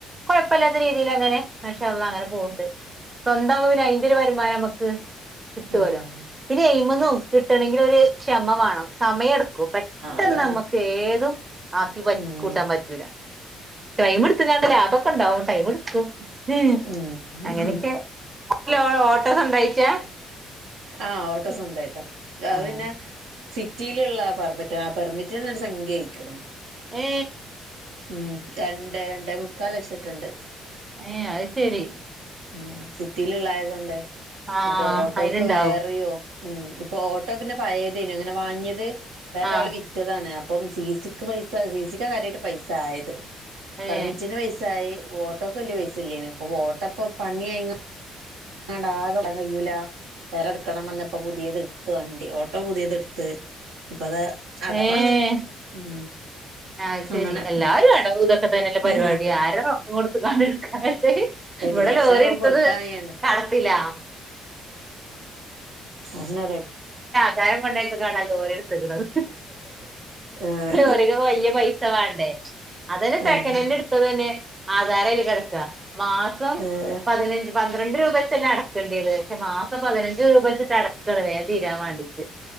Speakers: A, on the right; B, on the right.
A: കുഴപ്പമില്ലാത്ത രീതിയിൽ അങ്ങനെ പക്ഷെള്ള അങ്ങനെ പോകണ്ട് സ്വന്തംമാന ഇൊരു വരുമാനം നമുക്ക് കിട്ടുവല്ലോ
B: ആഹ്
A: പിന്നെ എയി്മന്ന് കിട്ടണെങ്കിൽഒരു ക്ഷമ വേണോ സമയമെടുക്കും പെട്ടെന്ന്
B: അതാണ്
A: നമ്മുക്ക് ഏതും ആക്കി
B: ഉം
A: കൂട്ടാൻ പറ്റൂല ടൈം എടുക്ക ലാഭൊക്കെ ഉണ്ടാവും ടൈം എടുക്കും ഉ
B: ഉം
A: അങ്ങനൊക്കെ ല്ല ഓട്ടോസ് ഉണ്ടായിച്ചാ
B: ആഹ് ഓട്ടോ സ്വന്തായിട്ടാ
A: ആഹ്
B: പിന്നെ സിറ്റിയിലുള്ള പെർമിറ്റ് ആ പെർമിറ്റിന്ന ഒരു സംഖ്യയയിക്കിുന്നു
A: ഏ
B: ഉം രണ്ടേ രണ്ടേ മുക്കാൽ വച്ചിട്ടുണ്ട്
A: ഏ അത് ശരി
B: ഉ സിറ്റിയിലള്ളായതൊണ്ട്
A: ആഹ്
B: എന്നിട്ട് ഓട്ടോക്ക്
A: അയിലുണ്ടാവും
B: വേറെയോ ഉം ഇപ്പൊ ഓട്ടോ പിന്നെ പയതേനു അങ്ങനെ വാങ്ങിയത് വേറൊരാൾ
A: ആഹ്
B: വിറ്റതാണ് അപ്പം സി സിക്ക് പൈസ സി സിക്ക് കാര്യമായിട്ട് പൈസ ആയത്
A: ഏ
B: പെർമിറ്റിന് പൈസ ആയി വഓട്ടോൊക്കെ വലിയ പൈസ ഇല്ലേന് ഇപ്പൊ വോട്ടപ്പ പണി ആയ ആണ്ടാ ആക കയൂല വേറെ എടുക്കണം വഞ്ഞ ഇപ്പ പുതിയത് എടുത്ത് വണ്ടി ഓട്ടോ പുതിയത് എടുത്ത് ഇപ്പൊ അത അടവാണ്
A: ഏ
B: ഉം
A: ആഹ് ശരി
B: അങ്ങനെ
A: എല്ലാരും അടവും ഇതൊക്കെ തന്നെയല്ലേ
B: ഏ
A: പരിപാടി ആരാ റൊക്കം കൊടുത്ത് കാണ്ട് എടുക്കാച്ചാല്
B: ആ വെഡഗാസിനൊക്കെ
A: ഇവിടെ ലോറി എടുത്തത്
B: കൊടുക്കാൻണ്ടേ
A: കടത്തിലാ
B: അണ രഡ
A: യ പണ്ടയത്ത കാ ഓഎടുക്കുന്നത്
B: ഏഹ്
A: ഓല്ക്ക് വലിയ പൈസ വേണ്ടേ അതല്ലെ സെക്കൻഡ്
B: ആഹ്
A: ഹാൻഡ് എടുത്തത് തന്നെ ആധാരയില് കെടക്ക മാസം
B: ഏഹ്
A: പതിനഞ്ച് പന്ത്രണ്ട് രൂപ വച്ചല്ലെ അടക്കേണ്ടത് പക്ഷെ മാസം പതിനഞ്ച് രൂപ വച്ചിട്ട് അടക്കാണ് വേം തീരാൻ വാണ്ടീട്ട്